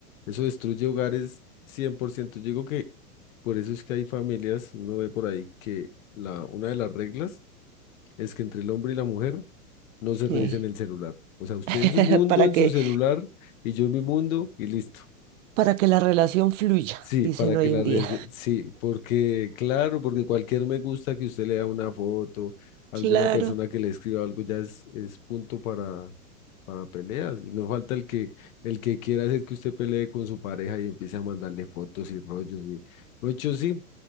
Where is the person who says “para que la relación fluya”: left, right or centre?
Right